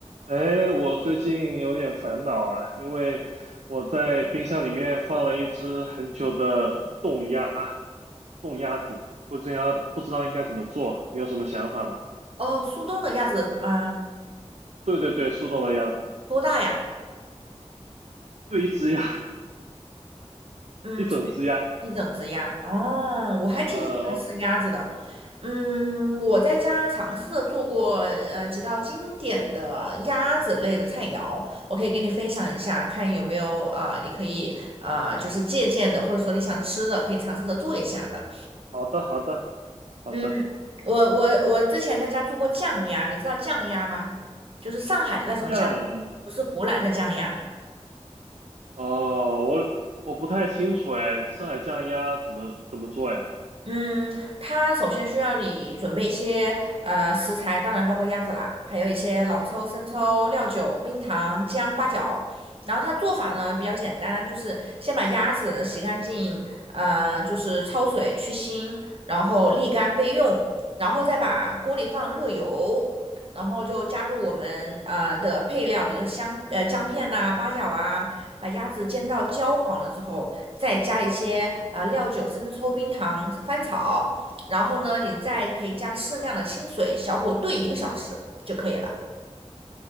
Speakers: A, on the right (about 85°); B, on the right (about 55°).
A: 哎，我最近有点烦恼啊，因为我在冰箱里面放了一只很久的冻鸭，冻鸭子，不知道不知道应该怎么做，你有什么想法吗？
B: 哦，速冻的鸭子吗？
A: 对对对，速冻的鸭子，
B: 多大呀？
A: 就一只鸭，<laughs>
B: 嗯，
A: 一整只鸭。
B: 所以一整只鸭。哦，我还挺喜欢吃鸭子的。
A: 呃，我
B: 嗯，我在家尝试着做过呃几道经典的鸭子类的菜肴，我可以跟你分享一下，看有没有啊、呃你可以啊就是借鉴的，或者说你想吃的，可以尝试着做一下的。
A: 好的好的好的，
B: 嗯，我我我之前在家做过酱鸭，你知道酱鸭吗？就是上海的那种酱，
A: 这样，
B: 不是湖南的酱鸭。
A: 哦，我我不太清楚哎，上海酱鸭怎么怎么做呀？
B: 嗯，它首先需要你准备一些呃食材，当然包括鸭子啦，还有一些老抽、生抽、料酒、冰糖、姜、八角。然后它做法呢比较简单，就是先把鸭子洗干净，呃，就是焯水去腥，然后沥干备用，然后再把锅里放热油，然后就加入我们呃的配料，比如说香呃姜片呐、八角啊，把鸭子煎到焦黄了之后。再加一些呃料酒、生抽、冰糖、翻炒，然后呢，你再可以加适量的清水，小火炖一个小时就可以了。